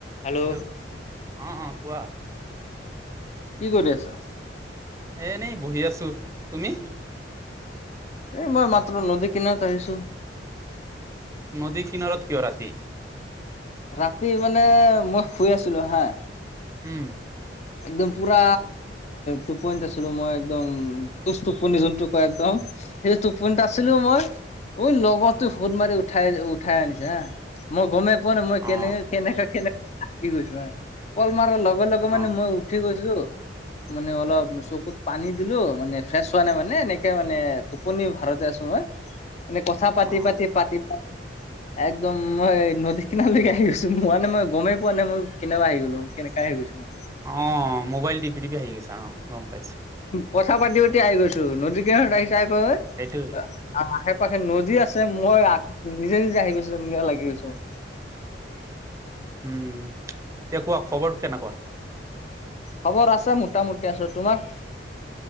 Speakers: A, on the left; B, on the right.
A: Hello
B: hello! ' অঁ অঁ কোৱা।
A: কি কৰি আছ?
B: এনেই বহি আছোঁ, তুমি?
A: এই মই মাত্ৰ নদী কিনাৰত আহিছোঁ।
B: নদী কিনাৰত কিয়, ৰাতি?
A: ৰাতি মানে মই শুই আছিলো হা।
B: উমঁ!
A: একদম পুৰা টোপনিত আছিলো, মই একদম। কোজ টোপনি যোনটো কয় একদম, সেই টোপনিত আছিলো মই ঐ লগৰটোৱে ফোন মাৰি উঠাই- উঠাই আনিছে, হা। মই গমেই পোৱা নাই, মই কেনে,
B: অ
A: কেনেকা কেনে গৈছো কল মাৰাৰ লগে-লগে মানে
B: অ
A: মোক উঠি গৈছোঁ। মানে অলপ চকুত পানী দিলো। মানে ফ্ৰেছ হোৱা নাই, মানে এনেকে মানে টোপনি ভাৰতে আছো মই
B: <inaudible>
A: মানে কথা পাতি,
B: অ
A: পাতি, পাতি, পাতি
B: <inaudible>
A: একদম মই নদী কিনাৰলৈকে আহি গৈছো, মানে মই গমেই পোৱা নাই মই কেনেকুৱা আহি গ'লো, কেনেকা আহি গৈছো।
B: অ',। মোবাইল টিপি, টিপি আহি গৈছা, অ', গম পাইছোঁ।
A: কথা পাতি, পাতি আহি গৈছো। নদীকিনাৰ আহিচা <unintelligible>
B: সেইটোৱেই।
A: আৰু আশে-পাশে নদী আছে, মই নিজে-নিজে আহি গৈছো যেন লাগি গৈছে মোৰ।
B: উম। এতিয়া কোৱা, খবৰ কেনেকুৱা?
A: খবৰ আছে মোটামুটি আচো তোমাৰ?